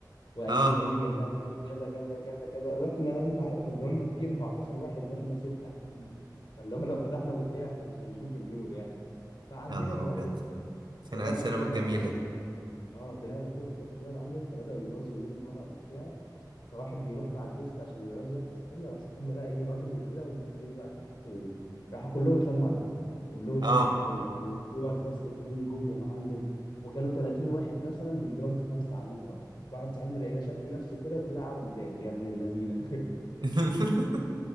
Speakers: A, on the left; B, on the right.
A: وقال
B: اه
A: لنا لاقيه جنبها تاني كذا كذا كذا كذا واحنا انت عارف اصل هم في 14 واحد واحنا سته قاعدين فاللي هو لو فتحنا بقنا احنا مش هنشوف النور يعني فعدينا
B: يا نهار
A: موقف
B: ابيض خناقات
A: طلعنا
B: ثانوي
A: فوق بقى
B: الجميله
A: يا معلم
B: دي
A: اه طلعنا فوق الفصل بقى يا معلم فبداوا يرازوا ويرموا ورق وبتاع فواحد بينط على الديسك عشان يرازي واحد صاحبنا راح صاحبنا بقى ايه واخده كده ومنزله بقى تحت وراحوا كلهم اتلموا عليه كلهم اتلموا
B: اه
A: حرفيا وبتوع الفصل التاني جم يا معلم وكانوا 30 واحد مثلا بيضربوا في خمسه قاعدين ورا واحد صاحبنا لقيناه شد نفسه كده وطلع قاعد قدام يا ابن اللذينه
B: <laughs>